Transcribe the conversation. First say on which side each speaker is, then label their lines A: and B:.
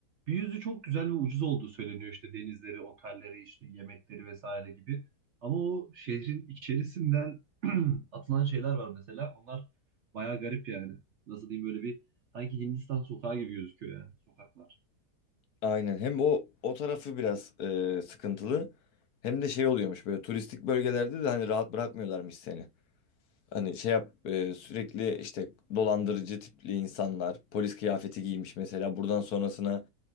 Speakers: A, on the right; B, on the left.
A: Bir yüzü çok güzel ve ucuz olduğu söyleniyor işte denizleri, otelleri, işte yemekleri vesaire gibi. Ama o şehrin içerisinden <clears throat> atılan şeyler var mesela. Onlar bayağı garip yani. Nasıl diyeyim böyle bir sanki Hindistan sokağı gibi gözüküyor yani sokaklar.
B: Aynen hem o o tarafı biraz e, sıkıntılı hem de şey oluyormuş böyle turistik bölgelerde de hani rahat bırakmıyorlarmış seni. Hani şey yap e, sürekli işte dolandırıcı tipli insanlar polis kıyafeti giymiş mesela buradan sonrasına